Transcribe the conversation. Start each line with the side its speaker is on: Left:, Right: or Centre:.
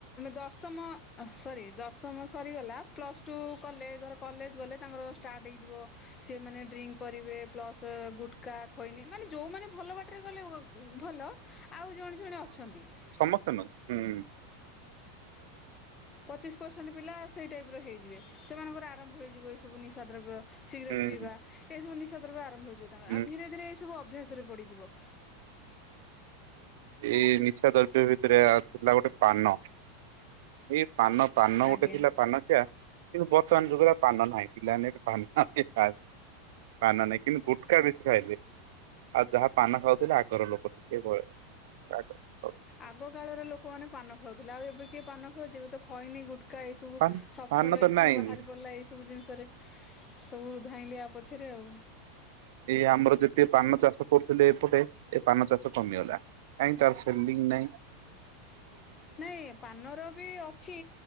Left: ଦଶମ ସରି ଦଶମ ସରିଗଲା ପ୍ଲସ୍ ଟୁ କଲେ ଧର କଲେଜ ଗଲେ ତାଙ୍କର ଷ୍ଟାର୍ଟ ହେଇଯିବ ସେମାନେ ଡ୍ରିଙ୍କ କରିବେ ପ୍ଲସ ଗୁଟକା ଖଇନି ମାନେ ଯୋଉମାନେ ଭଲ ବାଟରେ ଗଲେ ଏ ଭଲ। ଆଉ ଜଣେ ଜଣେ ଅଛନ୍ତି ତା
Right: ତେନ ଉଁ।
Left: ପଚିଶ ପରସେଣ୍ଟ ପିଲା ସେଇ ଟାଇପର ହେଇ ଯିବେ ସେମାନଙ୍କର ଆ ରମ୍ଭଇିବ ଏ ସବୁ ନିଶା ଦ୍ରବ୍ୟ ସିଗରେଟ
Right: ହୁଁ
Left: ପିଇବା ଏ ସବୁ ନି ଶା ଦ୍ରବ୍ୟ ଆ ଆରମ୍ଭ ହେଇଯିବ ତାଙ୍କ
Right: ହୁଁ
Left: ଆଉ ଧୀରେ ଧୀରେ ଏଇ ସବୁ ଅ ଭ୍ୟାସରେ ପଡିଯିବ।
Right: ଏଇ ନିଶା ଦର ତି ଭିତରେ ଆଉ ଥିଲା ଗୋଟେ ପାନ। ଏଇ ପାନ ପାନ ଗୋଟେ
Left: ଆଜ୍ଞା
Right: ଥିଲା ପାନଖିଆ କିନ୍ତୁ ବର୍ତ୍ତମାନ ଯୁଗରେ ଆଉ ପାନ ନାହିଁ। ପିଲାମାନେ ଏ ପାନ ଆଉ କେହି ଖାଉ ପାନ ନାହିଁ କିନ୍ତୁ ଗୋ କା ବେଶୀ ଖାଇଲେ। ଆଉ ଯାହା ପାନ ଖାଉଥୁଲେ ଆଗର ଲୋକ ଟିକେ ବୟ ଆଗ ଅ
Left: ଆଗ କାଳରେ ଲୋକମାନେ ପାନ ଖାଉଥୁଲେ ଆଉ ଏବେ କିଏ ପାନ ଖାଉଚି? ଏବେ ତ ଖଇନି ଗୁଟ୍ କା ଏ ସବୁ
Right: ପାନ
Left: ସଫଲ
Right: ପାନ ତ
Left: ଏଇ ସବୁ
Right: ନାଇଁ
Left: ବାହାରି
Right: ହୁଁ
Left: ପଡିଲା ଏଇ ସବୁ ଜିନିଷରେ। ସବୁ ଧାଇଁଲେ ଆ ପଛରେ ଆଉ
Right: ଏଇ ଆମର ଯେତେ ପାନ ଚାଷ କରୁଥୁଲେ ଏପଟେ ଏ ପାନ ଚାଷ କମିଗଲା। କାହିଁ ତାର ସେଲିଙ୍ଗ ନାଇଁ‌।
Left: ନାଇଁ ପାନର ବି ଅଛି